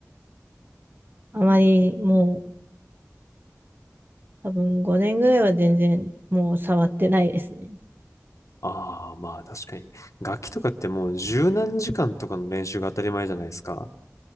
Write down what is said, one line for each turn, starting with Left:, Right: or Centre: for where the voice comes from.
Right: あまりもう多分5年ぐらいは全然もう触ってないですね。
Left: ああ、まあ確かに。楽器とかってもう十何時間とかの練習が当たり前じゃないですか。